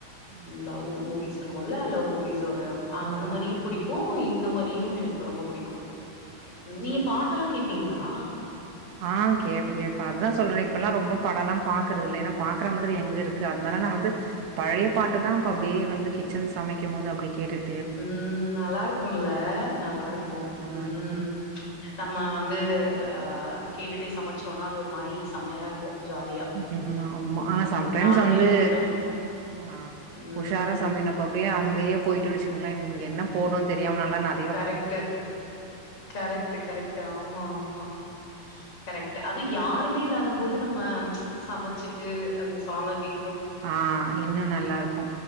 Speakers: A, on the right (about 80°); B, on the left (about 35°).
A: ம்
B: லவ் மூவிஸ் இருக்குல லவ் மூவிஸ் ஒரு
A: ஆமா
B: அந்த
A: ஆமா
B: மாரியு
A: ஆமா
B: பிடிக்கு
A: ம்
B: இந்த மா ரியு எனக்கு ரொம்ப பிடிக்கு நீங்க
A: ஓகே
B: பாட்டெல்லா கேப்பீங்களா
A: ஆ கேப்பேங் கேப்பே அதுதா சொல்றே இப்பெல்லா ரொம்போ படல்லா பாக்குறது இல்ல ஏன்னா பாக்குற மாதிரி எங்க இருக்கு அத்னால நா வந்து பழைய பாட்ட தா இப்ப அப்படியே வந்து கிச்சன் சமைக்கும் போது அப்டே கேட்டுட்
B: ம் நல்லாருக்குல்ல நல்லாருக்கு
A: ம் நல்லாருக்கு
B: ம் நம்ம வந்து ஆ கேட்டுட்டே சமச்சோனா அது ஒரு மாரி சம்மயா இருக்கு ஜாலியா
A: ம் ஆமா ஆனா சம்டைம்ஸ்
B: நானுமே
A: வந்து
B: அப்டிதா
A: ஆ
B: ம்
A: உஷாரா சமைக் நம் ம் அப்டியே அங்கேயே போயிட்டு வெச்சுங்களே இ என்ன போட்ணன் தெரியாம நல்லா நா
B: கரெக்ட்டு கரெக்ட்டு கரெக்ட்டு ஆமா ஆமா கரெக்ட்டு அது யாருமே இல்லாத போது நம்ம சமச்சிட்டு அந்த சாங்க கே
A: ஆ இன்னு நல்லா இருக்கு